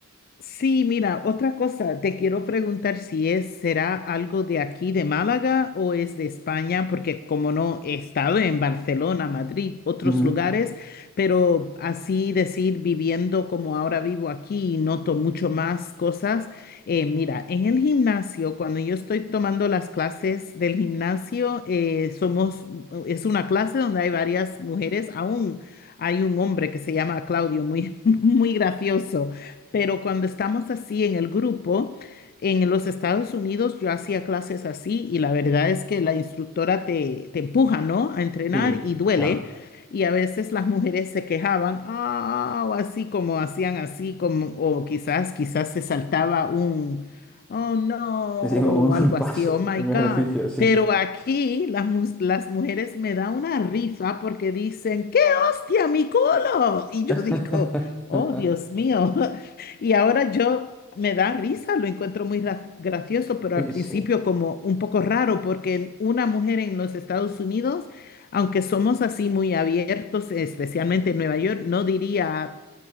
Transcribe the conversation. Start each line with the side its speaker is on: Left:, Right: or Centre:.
Left: Sí, mira, otra cosa, te quiero preguntar si es, será algo de aquí de Málaga o es de España, porque como no he estado en Barcelona, Madrid, otros
Centre: Ujú.
Left: lugares, pero así decir, viviendo como ahora vivo aquí y noto mucho más cosas. eh, mira, en el gimnasio, cuando yo estoy tomando las clases del gimnasio, eh, somos, es una clase donde hay varias mujeres, aún hay un hombre que se llama Claudio, muy, <laughs> muy gracioso. Pero cuando estamos así en el grupo, en los Estados Unidos yo hacía clases así y la verdad es que la instructora te, te empuja, ¿no? A entrenar
Centre: Sí,
Left: y duele.
Centre: claro. <laughs>
Left: Y a veces las mujeres se quejaban, ah, o así como hacían así, como, o quizás, quizás se saltaba un, oh no,
Centre: Es
Left: o
Centre: un,
Left: algo
Centre: un paso,
Left: así, oh my
Centre: un
Left: God.
Centre: ejercicio, sí.
Left: Pero aquí las, mu- las mujeres me da una risa porque dicen, ¡qué hostia, mi culo! Y yo
Centre: <laughs>
Left: digo, Oh, Dios mío, <laughs> Y ahora yo me da risa, lo encuentro muy ra- gracioso, pero
Centre: Eh,
Left: al principio
Centre: Sí.
Left: como un poco raro, porque una mujer en los Estados Unidos, aunque somos así muy abiertos, especialmente en Nueva York, no diría